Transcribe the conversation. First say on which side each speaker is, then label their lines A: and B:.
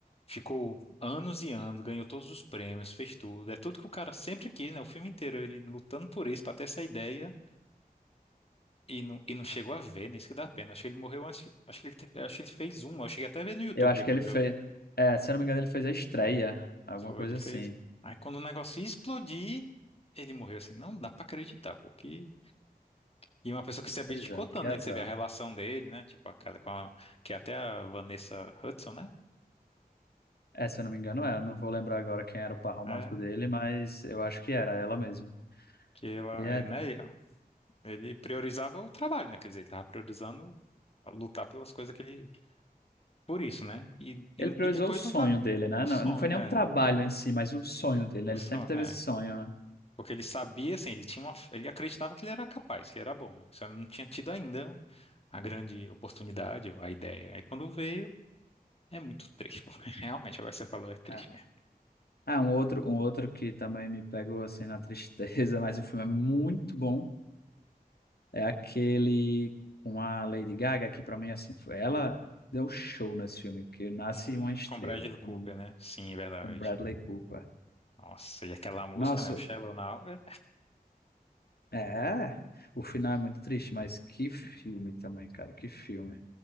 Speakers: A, on the left; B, on the left.
A: ficou anos e anos, ganhou todos os prêmios, fez tudo. É tudo que o cara sempre quis, né? O filme inteiro, ele lutando por isso, pra ter essa ideia. E não, e não chegou a ver, né? Isso que dá pena. Acho que ele morreu antes. que- Acho que ele, te- acho que ele fez uma. Eu cheguei até a ver no YouTube
B: eu acho
A: depois.
B: que ele fez.
A: Eu,
B: É, se eu não me engano, ele fez a estreia, alguma
A: foi,
B: coisa
A: ele fez.
B: assim.
A: Aí quando o negócio ia explodir, ele morreu assim. Não dá pra acreditar, porque. E uma pessoa que se abdicou
B: Pois é,
A: tanto,
B: que azar.
A: né? Que você vê a relação dele, né? Tipo, aquela com a. Que é até a Vanessa Hudson, né?
B: É, se eu não me engano, é. Eu não vou lembrar agora quem era o par romântico
A: É.
B: dele, mas eu acho que era ela mesmo.
A: Que ela,
B: E é-
A: é, né? Ele priorizava o trabalho, né? Quer dizer, ele tava priorizando a lutar pelas coisas que ele. Por isso, né? E,
B: ele
A: e,
B: priorizou
A: e depois
B: o sonho
A: tu fala.
B: dele, né?
A: O
B: Não,
A: sonho,
B: não foi nem
A: é.
B: o trabalho em si, mas o sonho dele, né?
A: O
B: Ele
A: sonho,
B: sempre teve esse
A: é.
B: sonho, né?
A: Porque ele sabia, assim, ele tinha uma, ele acreditava que ele era capaz, que ele era bom. Só não tinha tido ainda a grande oportunidade, ou a ideia. Aí quando veio, é muito triste, pô. <laughs> Realmente, agora que você falou, é triste
B: É.
A: mesmo.
B: Ah, um outro, um outro que também me pegou assim na tristeza, <laughs> mas o filme é muito bom. É aquele com a Lady Gaga, que pra mim, assim, foi- ela deu show nesse filme, que Nasce
A: Hum,
B: uma Estrela,
A: com Bradley Cooper,
B: o nome do
A: né?
B: filme,
A: Sim, é verdade.
B: com Bradley Cooper.
A: Nossa, e aquela música,
B: Nossa,
A: né? O Shallow Now. é-
B: é, o final é muito triste, mas que filme também, cara, que filme.